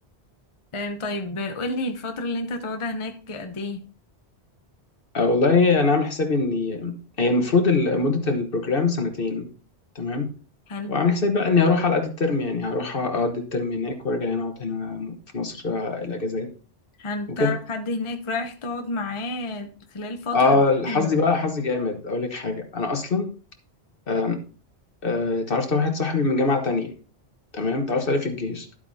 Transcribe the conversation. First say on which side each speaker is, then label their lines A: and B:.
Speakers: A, on the left; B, on the left.
A: تمام طيب قولي الفترة اللي انت هتقعدها هناك قد ايه
B: آه، والله أنا عامل حسابي إني هي المفروض ال- مدة البروجرام سنتين تمام
A: حلو
B: وعامل حسابي بقى إني هروح على قد الترم يعني هروح أقضي الترم هناك وأرجع هنا أقعد هنا في مصر آه، الأجازات
A: حلو
B: وكده
A: تعرف حد هناك رايح تقعد معاه خلال الفترة
B: اه
A: دي
B: حظي
A: ولا
B: بقى حظي جامد اقول لك حاجه انا اصلا آم، آه، اتعرفت على واحد صاحبي من جامعه تانية تمام اتعرفت عليه في الجيش